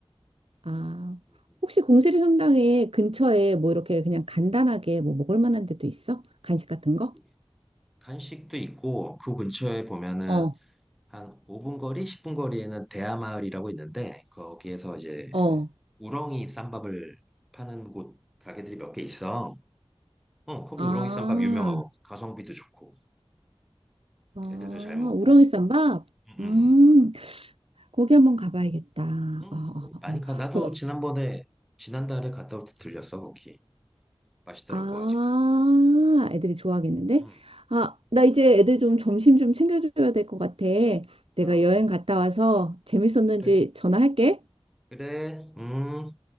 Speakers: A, on the right; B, in the centre.
A: 아,
B: 음,
A: 혹시 공세리 성당에 근처에 뭐 이렇게 그냥 간단하게 뭐 먹을 만한 데도 있어? 간식 같은 거?
B: 음. 간식도 있고 그 근처에 보면은
A: 어,
B: 한 5분 거리, 10분 거리에는 대하마을이라고 있는데 거기에서 이제
A: 어.
B: 우렁이 쌈밥을 파는 곳 가게들이 몇 개 있어. 어, 거기
A: 아,
B: 우렁이 쌈밥 유명하고 가성비도 좋고
A: 아,
B: 애들도 잘 먹고.
A: 우렁이 쌈밥?
B: 응, 응,
A: 음, 거기 한번 가봐야겠다.
B: 응.
A: 어,
B: 응, 거기 많이
A: 어,
B: 가. 나도
A: 어.
B: 지난번에 지난달에 갔다 올 때 들렸어 거기. 맛있더라고
A: 아,
B: 아직도.
A: 애들이 좋아하겠는데?
B: 응.
A: 아, 나 이제 애들 좀 점심 좀 챙겨줘야 될 것 같아. 내가
B: 아, 어,
A: 여행 갔다 와서 재밌었는지
B: 그래.
A: 전화할게.
B: 그래. 음.